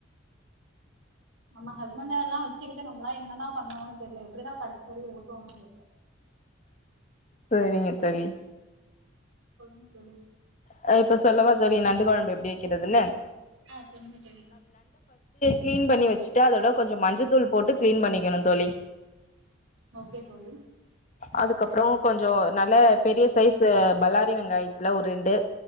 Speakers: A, on the right; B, on the left.
A: ஆமா அது முன்ன எல்லா வச் சுக்கிட்டு நம்பளா என்னதா பண்ணுவோன்னு தெர்ல எப்டிதா கடைசி வரையு ஓட்டுவாங்கனு தெர்ல
B: சரிங்க தோழி
A: சொல்லுங்க தோழி
B: ஹ இப்ப சொல்லவா தோழி நண்டு குழம்பு எப்படி வைக்கிறதுனு
A: ஆஹ் சொல்லுங்க தோழி
B: கிளீன் பண்ணி வச்சுட்டு அதோட கொஞ்ச மஞ்ச தூள் போட்டு கிளீன் பண்ணிக்கணு தோழி
A: ஓகே தோழி
B: அதுக்கப்புறம் கொஞ்சம் நல்ல பெரிய சைஸ் பல்லாரி வெங்காயத்தில் ஒரு ரெண்டு